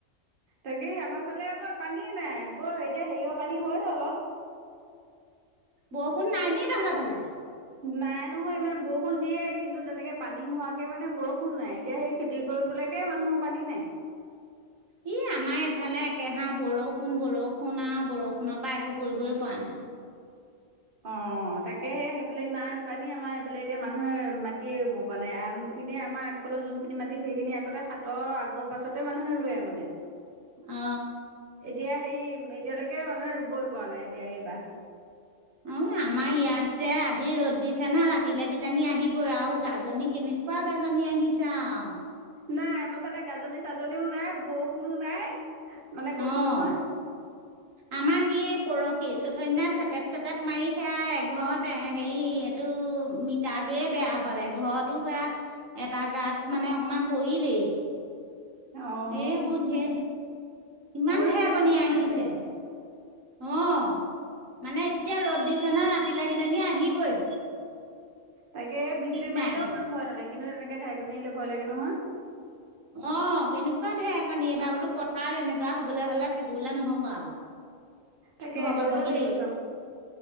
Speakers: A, on the right; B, on the right.
A: তাকেহে আমাৰ ফালে আকৌ পানীয়ে নাই। বৈ এতিয়া হেইঅ' পানী হয়ত অলপ।
B: বৰষুণ নাই নি তহঁতৰ ফালে?
A: নাই নহয় ইমান বৰষুণ দিয়ে কিন্তু তেনেকে পানী হোৱাকে মানে বৰষুণ নাই। এতিয়া সেই খেতি কৰিবলৈকে মানুহ পানী নাই।
B: ই আমাৰ এফালে একেহাৰ বৰষুণ বৰষুণ আ বৰষুণৰ পা একো কৰিবই পৰা নাই।
A: অ তাকেহে সেইফালে ইমান পানী আমাৰ সেইফালে এতিয়া মানুহে মাটিয়ে ৰুব পৰা নাই আন এনেই আমাৰ ফালৰ যোনখিনি মাটি সেইখিনি আগতে সাতৰ আগৰ পাছতে মানুহে ৰুৱে মানে
B: অ
A: এতিয়া হেৰি এতিয়ালৈকে মানুহে ৰুবই পৰা নাই এতিয়া এইবাৰ
B: অ আমাৰ ইয়াতে আজি ৰ'দ দিছে ন ৰাতিলৈ কিজানি আহিবই আৰু গাজনী কেনে কুৱা গাজনী আহিছে আও
A: নাই আমাৰ ফালে গাজনী - চাজনীও নাই বৰষুণো নাই মানে কৈছো
B: অ',
A: নহয় <inaudible>
B: আমাৰ কি পৰশি চথা দিনা চেটেপ-চেটেপ মাৰি সেয়া এঘৰত এ হেৰি টো মিটাৰটোয়ে বেয়া হ'লে এঘৰতো সেয়া এটা গাত মানে অকণমান পৰিলেই
A: অ'
B: এইবোৰ ঢেৰ ইমান
A: মৰিছে
B: ঢেৰকণী
A: মানুহ মৰিছে
B: আহিছে
A: সেইফালে।
B: অ মানে এতিয়া ৰ'দ দিছে নহয় ৰাতি লৈ কিজানি আহিবই
A: তাকে বিজুলী
B: ঠিক
A: মাৰিলেও
B: নাই মানে।
A: ইমান ভয় নালাগে কিন্তু তেনেকে ঢাৰেকনি আহিলে ভয় লাগে নহয়
B: অ কেনেকুৱা ঢেৰকণী এইবাৰ বোলো পথাৰত এনেকুৱা হবলে হলে থাকিবলে নহব আৰু
A: তাকে
B: ঘৰ পাবহি
A: দৌৰিব লাগিব চব